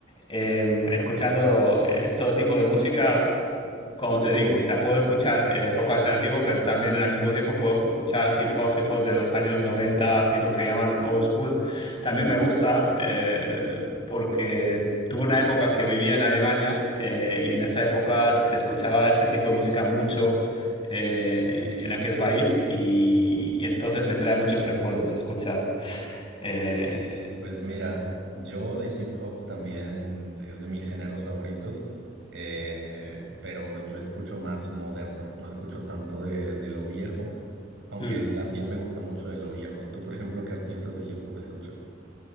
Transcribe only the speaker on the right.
Sí.
Pues, Pues mira, yo de hip hop también es de mis géneros favoritos, eh, pero yo escucho más moderno, no escucho tanto de, de lo viejo, aunque
Ok. también me gusta mucho de lo viejo. Tú, por ejemplo, ¿qué artistas de hip hop escuchas?